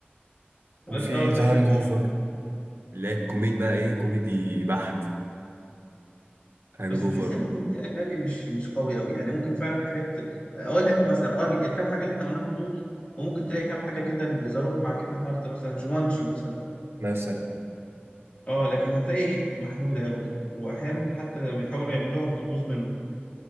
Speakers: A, on the right; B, on the left.
A: وفي
B: راش اور
A: ذا
B: <laughs> ده كان
A: هانج أوفر اللي هي الكوميدي بقى إيه كوميدي بحت هانج
B: بس
A: أوفر
B: بحس ان الكوميديا الاجنبي مش مش قوي قوي يعني ممكن فعلا حاجات اقول لك مثلا اه الكام حاجة اللي احنا قلناهم دول وممكن تلاقي كام حاجة كده اللي زاروك مع كيفن هارت مثلا جومانجي مثلا
A: مثلا
B: اه لكن هتلاقي ايه محدودة قوي واحيانا حتى بيحاولوا يعملوها بتبوظ منهم